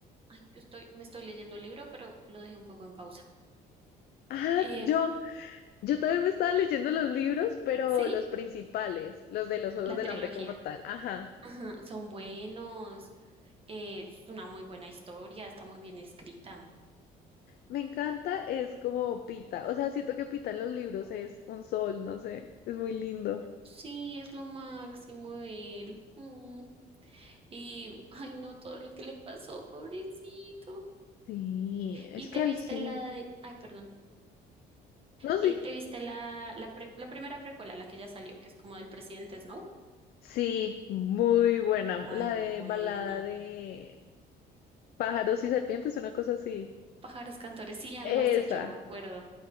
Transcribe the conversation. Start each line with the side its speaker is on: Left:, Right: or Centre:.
Right: Ay, yo estoy, me estoy leyendo el libro, pero lo dejé un poco en pausa.
Left: Ah,
Right: Eh,
Left: t- yo, yo también me estaba leyendo los libros, pero
Right: sí,
Left: los principales, los de los Juegos
Right: la
Left: del
Right: trilogía.
Left: Hambre como tal. Ajá.
Right: Ajá, son buenos. eh, es una muy buena historia, está muy bien escrita.
Left: Me encanta, es como Pita. O sea, siento que Pita en los libros es un sol, no sé, es muy lindo.
Right: Sí, es lo máximo él. Mm, Y, ay, no, todo lo que le pasó, pobrecito.
Left: Sí, es
Right: ¿Y te
Left: que
Right: viste
Left: él sí.
Right: la de, ay, perdón,
Left: No, sí.
Right: eh, te viste la, la, pre- la primera precuela, la que ya salió, que es como del presidente Snow?
Left: Sí, muy buena.
Right: Ay,
Left: La
Right: muy
Left: de
Right: buena.
Left: balada de pájaros y serpientes, una cosa así.
Right: Pájaros cantores, sí, algo
Left: Esa.
Right: así, yo no me acuerdo.